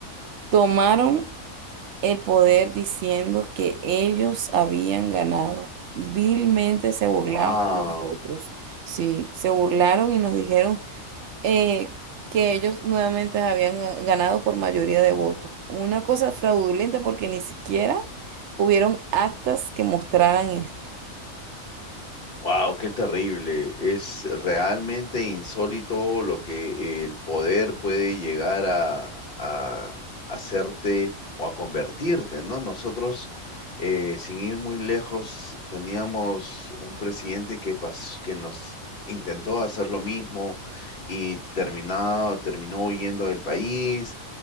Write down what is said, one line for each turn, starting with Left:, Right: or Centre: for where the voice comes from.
Right: Tomaron el poder diciendo que ellos habían ganado. Vilmente se burlaban
Left: Wow.
Right: de los otros. Sí, se burlaron y nos dijeron eh, que ellos nuevamente habían ga- ganado por mayoría de votos. Una cosa fraudulenta porque ni siquiera hubieron actas que mostraran esto.
Left: Wow, qué terrible. Es realmente insólito lo que el poder puede llegar a, a hacerte o a convertirte, ¿no? Nosotros, eh, sin ir muy lejos, teníamos un presidente que pas- que nos intentó hacer lo mismo y terminado, terminó huyendo del país.